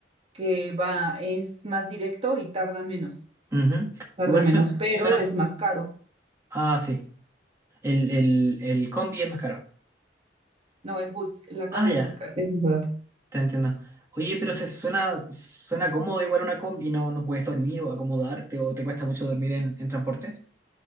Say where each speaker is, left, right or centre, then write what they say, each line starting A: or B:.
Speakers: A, on the right; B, on the right.
A: que va, es más directo y tarda menos,
B: Ujú.
A: tarda
B: Igual
A: menos,
B: suena,
A: pero
B: suena
A: es más caro.
B: Ah, sí. El, el, el combi es más caro.
A: No, el bus, la combi
B: Ah, ya,
A: es más caro, es más barato.
B: te entiendo. Oye, pero se suena, suena cómodo igual una combi, no, no puedes dormir o acomodarte o te cuesta mucho dormir en, en transporte.